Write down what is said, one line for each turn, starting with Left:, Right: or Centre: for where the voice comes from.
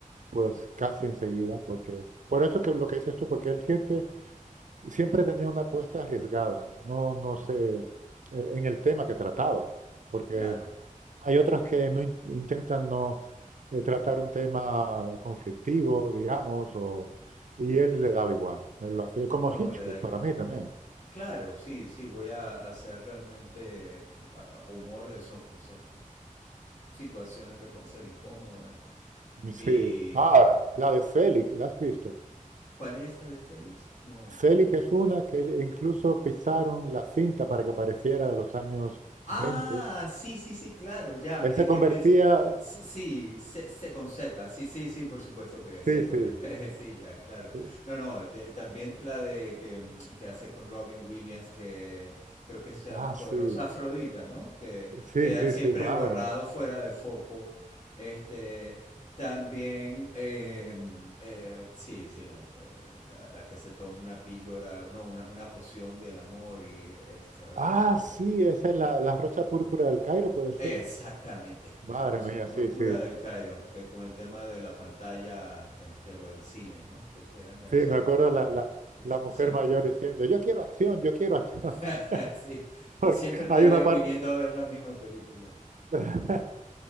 Right: pues casi enseguida, porque por eso que lo que dices tú, porque él siente, siempre tenía una apuesta arriesgada, no, no sé, eh, en el tema que trataba, porque
Left: Claro,
Right: hay otras que no in- intentan no eh, tratar un tema conflictivo, digamos, o, y él le daba igual. Él lo hacía
Left: no
Right: como Hitchcock
Left: le da igual.
Right: para mí también.
Left: Claro, sí, sí, voy a hacer realmente a- humor de esos, de esas situaciones que pueden ser incómodas.
Right: Sí.
Left: ¿Y
Right: Ah, la de Selig, ¿la has visto?
Left: cuál es esta de Félix? No.
Right: Selig es una que él- incluso pisaron la cinta para que pareciera de los años
Left: Ah,
Right: 20.
Left: sí, sí, sí, claro, ya.
Right: Él
Left: Es
Right: se
Left: que
Right: convertía,
Left: empieza. Sí, sí, se, se con Z. Sí, sí, sí, por supuesto que sé
Right: sí,
Left: cuál
Right: sí.
Left: es. <laughs> Jeje, Sí, ya, claro.
Right: eh,
Left: No, no, te- también la de que, mm, que hace con Robin Williams, que creo que se llama
Right: Ah, sí,
Left: Poderosa Afrodita, ¿no? Que
Right: sí,
Left: queda
Right: sí,
Left: él siempre
Right: sí, madre
Left: borrado
Right: mía.
Left: fuera de foco. Este. También, em, eh, sí, sí, no, eh, la, la que se toma una píldora, no, una, una poción del amor y este, ahora
Right: Ah,
Left: no me recuerdo.
Right: sí, esa es la, la rosa púrpura del Cairo, puede ser.
Left: Exactamente,
Right: Madre
Left: la rosa
Right: mía,
Left: púrpura
Right: sí, sí.
Left: del Cairo, que con el tema de la pantalla, este, lo del cine, ¿no? Que queda enganchado
Right: Sí, me acuerdo
Left: con la
Right: la,
Left: que,
Right: la,
Left: que
Right: la
Left: siempre,
Right: mujer mayor diciendo, yo quiero acción, yo quiero acción.
Left: <laughs> sí,
Right: <laughs>
Left: que
Right: Porque
Left: siempre te
Right: hay
Left: veo
Right: una parte,
Left: viniendo a ver la misma película.
Right: <laughs>